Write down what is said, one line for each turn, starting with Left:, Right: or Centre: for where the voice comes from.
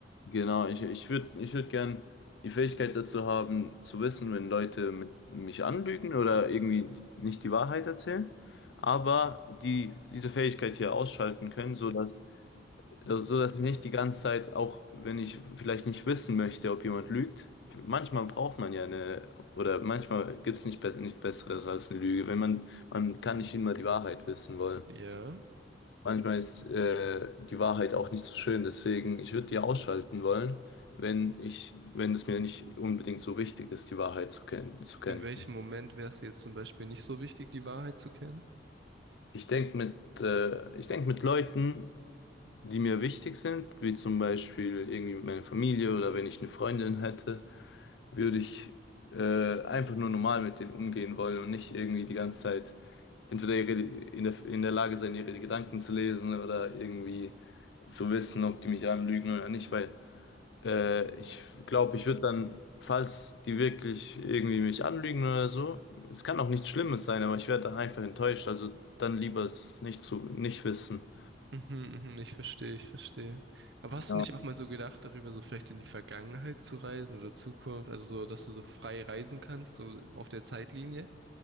Left: Genau, ich, ich würde ich würd gern die Fähigkeit dazu haben, zu wissen, wenn Leute mit, mich anlügen oder irgendwie nicht die Wahrheit erzählen, aber die diese Fähigkeit hier ausschalten können, sodass Also, so dass ich nicht die ganze Zeit, auch wenn ich vielleicht nicht wissen möchte, ob jemand lügt, manchmal braucht man ja eine, oder manchmal gibt es nicht, be- nichts Besseres als eine Lüge, wenn man, man kann nicht immer die Wahrheit wissen wollen.
Right: Ja.
Left: Manchmal ist äh, die Wahrheit auch nicht so schön, deswegen, ich würde die ausschalten wollen, wenn ich, wenn es mir nicht unbedingt so wichtig ist, die Wahrheit zu kennen, zu kennen.
Right: in welchem Moment wäre es jetzt zum Beispiel nicht so wichtig, die Wahrheit zu kennen?
Left: Ich denke mit, äh, ich denk mit Leuten, die mir wichtig sind, wie zum Beispiel irgendwie meine Familie oder wenn ich eine Freundin hätte würde ich äh, einfach nur normal mit denen umgehen wollen und nicht irgendwie die ganze Zeit entweder ihre, in der, in der Lage sein, ihre Gedanken zu lesen oder irgendwie zu wissen, ob die mich anlügen oder nicht, weil äh, ich glaube, ich würde dann, falls die wirklich irgendwie mich anlügen oder so, es kann auch nichts Schlimmes sein, aber ich werde dann einfach enttäuscht, also dann lieber es nicht zu, nicht wissen.
Right: Mhm, mhm, ich verstehe, ich verstehe. Aber
Left: Ja.
Right: hast du nicht auch mal so gedacht, darüber so vielleicht in die Vergangenheit zu reisen oder Zukunft, also so, dass du so frei reisen kannst, so auf der Zeitlinie?